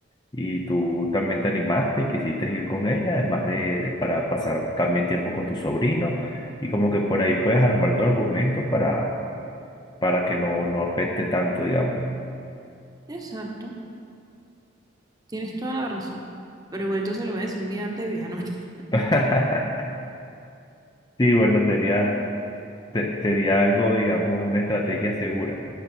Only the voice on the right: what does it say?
exacto. Tienes toda la razón. Pero igualito se lo voy a decir un día antes de viajar. No me... <laughs>